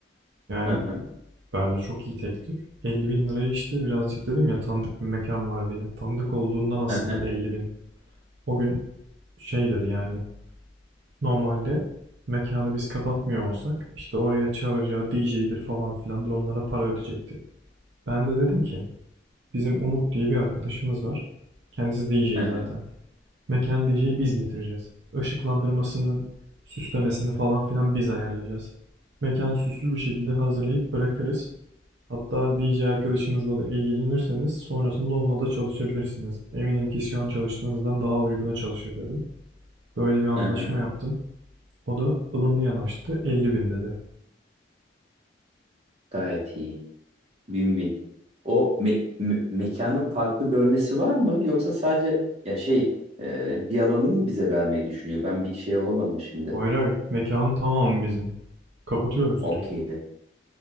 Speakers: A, on the right; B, on the right.
A: Yani
B: Hı hı.
A: Bence çok iyi teklif. 50 bin liraya işte birazcık dedim ya tanıdık bir mekan var diye. Tanıdık olduğundan aslında
B: Hı hı.
A: 50 bin. O gün şey dedi yani. Normalde mekanı biz kapatmıyor olsak işte oraya çağıracağı DJ'dir falan filandır onlara para ödeyecekti. Ben de dedim ki bizim Umut diye bir arkadaşımız var. Kendisi DJ
B: Hı
A: zaten.
B: hı.
A: Mekan DJ'yi biz getireceğiz. Işıklandırmasının süslemesini falan filan biz ayarlayacağız. Mekan süslü bir şekilde hazırlayıp bırakırız. Hatta DJ arkadaşımızla da ilgilenirseniz sonrasında onunla da çalışabilirsiniz. Eminim ki şu an çalıştığınızdan daha uyguna çalışır dedim. Böyle bir anlaşma
B: Hı hı.
A: yaptım. O da ılımlı yanaştı 50 bin dedi.
B: Gayet iyi. Win-win. O me- me- mekanın farklı bölmesi var mı? Yoksa sadece ya şey e, bir alanı mı bize vermeyi düşünüyor? Ben bir şey olamadım şimdi.
A: Hayır hayır mekanın tamamı bizim. Kapatıyoruz
B: Okeydir.
A: direkt.